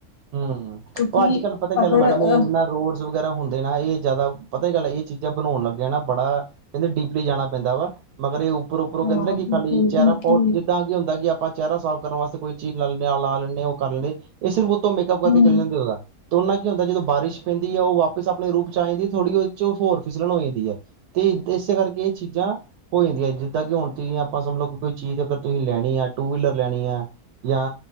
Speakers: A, on the right; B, on the left.
A: ਹੂੰ
B: ਕਿਉਂਕਿ
A: ਉਹ ਅੱਜ ਕੱਲ ਪਤਾ ਚੱਲ
B: ਅਗਰ
A: ਮੈਡਮ
B: ਅ
A: ਵੀ ਇਹਨਾਂ ਰੋਡਸ ਵਗੈਰਾ ਹੁੰਦੇ ਨਾ ਇਹ ਜ਼ਿਆਦਾ ਪਤਾ <unintelligible> ਗੱਲ ਇਹ ਚੀਜ਼ਾਂ ਬਣਾਉਣ ਲੱਗਿਆ ਨਾ ਬੜਾ ਕਹਿੰਦੇ ਡੀਪਲੀ ਜਾਣਾ ਪੈਂਦਾ ਵਾ ਮਗਰ ਇਹ ਉੱਪਰ ਉੱਪਰੋਂ
B: ਹਾਂ
A: ਕਹਿੰਦੇ ਕਿ
B: ਬਿਲਕੁਲ
A: ਖਾਲੀ ਚਿਹਰਾ
B: ਬਿਲਕੁਲ
A: ਪਾੋਟ ਜਿੱਦਾਂ ਅ ਹੁੰਦਾ ਕਿ ਆਪਾਂ ਚਿਹਰਾ ਸਾਫ਼ ਕਰਨ ਵਾਸਤੇ ਕੋਈ ਚੀਜ਼ ਲਾ ਲੈਨੇ ਆਹ ਲਾ ਲੈਂਦੇ ਉਹ ਕਰ ਲੈਂਦੇ ਇਹ ਸਿਰਫ ਉਤੋਂ ਮੇਕਅਪ ਕਰਕੇ
B: ਹੂੰ,
A: ਚਲੇ ਜਾਂਦੇ ਉਹਦਾ ਤਾਂ ਉਹਨਾ ਕੀ ਹੁੰਦਾ ਜਦੋਂ ਬਾਰਿਸ਼ ਪੈਂਦੀ ਹੈ ਉਹ ਵਾ ਸ ਆਪਣੇ ਰੂਪ ਚ ਆ ਜਾਂਦੀ ਥੋੜ੍ਹੀ ਉਹਦ ਚ ਹੋਰ ਫਿਸਲਣ ਹੋ ਜਾਂਦੀ ਆ ਤੇ ਇਸੇ ਕਰਕੇ ਇਹ ਚੀਜ਼ਾਂ ਹੋ ਜਾਂਦੀ ਹੈ ਜਿੱਦਾਂ ਕਿ ਹੁਣ ਤੁਹੀਂ ਆਪਾਂ ਸਮਝਲੋ ਕੋਈ ਚੀਜ਼ ਅਗਰ ਤੁਸੀਂ ਲੈਣੀ ਆ ਟੂ ਵੀਲਰ ਲੈਣੀ ਆ ਯਾਂ